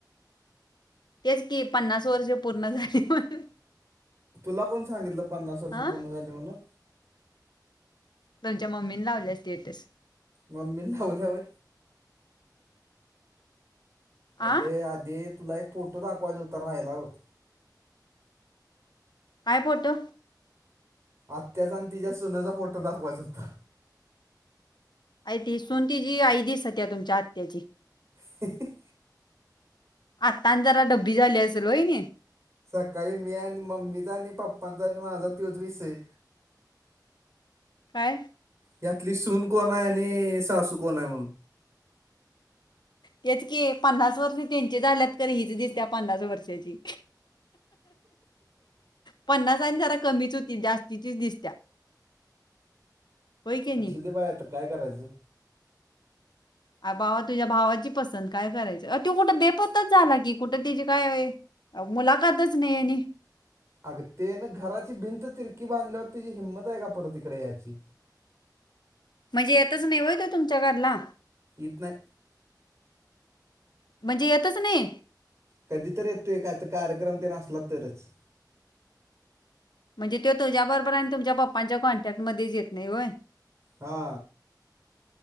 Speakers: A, on the left; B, on the right.
A: तेच की पन्नास वर्ष पूर्ण झाली म्हणून.
B: तुला कोण सांगितलं, पन्नास वर्ष
A: हा
B: पूर्ण झाली म्हणून?
A: त्यांच्या मम्मीनं लावल्याली स्टेटस.
B: मम्मीनं लावल्या होय? अगे
A: आ
B: आधी तुला एक फोटो दाखवायचा होता राहीला बघ.
A: हाय फोटो.
B: आत्याचा आणि तिच्या सुनचा फोटो दाखवायचा होता.
A: हाय ती सून तीजी आई दिसत्या तुमच्या आत्याची.
B: <unintelligible>
A: आता आणि जरा ढब्बी झाली असेल होय नाही?
B: सकाळी मी आणि मम्मीचा आणि पप्पांचा आणि माझा तोच विषय.
A: काय?
B: यातली सून कोण आहे आणि सासू कोण आहे म्हणून.
A: तेचकी पन्नास वर्ष त्यांचे झाल्यात, खरं हीच दिसत्या पन्नास वर्षाची. पन्नास आणि जरा कमीच होतील जास्तीचीच दिसत्या. होय की नी
B: असू दे बाय, आता काय करायचं?
A: अ बावा तुझ्या भावाची पसंत काय करायच. अ त्यो कुठं बेपत्ताच झाला की, कुठं तीची काय अ मुलाखातच नाही आणि.
B: अग ते ना घराची भिंत तिरकी बांधल्यावर, तेजी हिंमत हाय का परत इकड याची.
A: म्हणजे येतच नाही होय तो तुमच्या घरला?
B: इत नाही.
A: म्हणजे येतच नाही?
B: कधीतरी येतोय कार्यक्रम तेन असला तरच.
A: म्हणजे तो तुझ्या बरोबर आणि तुमच्या पप्पांच्या कॉन्टॅक्टमध्येच येत नाही होय?
B: हा.